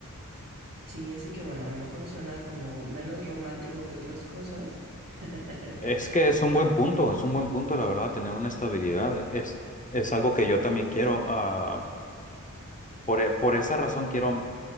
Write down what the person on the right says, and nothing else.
Sí, así que bueno, a lo mejor suena como menos romántico que otras cosas. <laughs>
Digo,